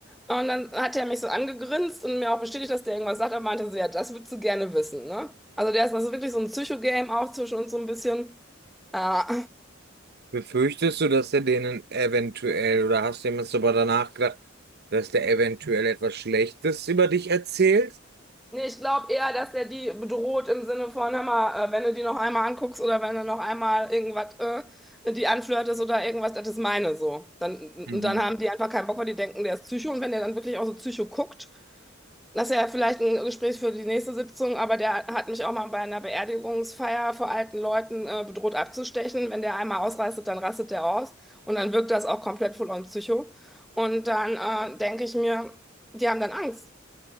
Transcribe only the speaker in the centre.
Und dann hat er mich so angegrinst und mir auch bestätigt, dass der irgendwas sagt, aber meinte so, ja, das würdest du gerne wissen, ne? Also der ist, das ist wirklich so ein Psycho-Game auch zwischen uns so ein bisschen. Ja.
Nee, ich glaube eher, dass der die bedroht im Sinne von, hör mal, äh, wenn du die noch einmal anguckst oder wenn du noch einmal irgendwas äh, die anflirtest oder irgendwas, das ist meine so. Dann,
und dann haben die einfach keinen Bock, weil die denken, der ist Psycho. Und wenn der dann wirklich auch so Psycho guckt, das ist ja vielleicht ein Gespräch für die nächste Sitzung, aber der hat mich auch mal bei einer Beerdigungsfeier vor alten Leuten äh, bedroht abzustechen. Wenn der einmal ausrastet, dann rastet der aus. Und dann wirkt das auch komplett voll on Psycho. Und dann äh, denke ich mir, die haben dann Angst.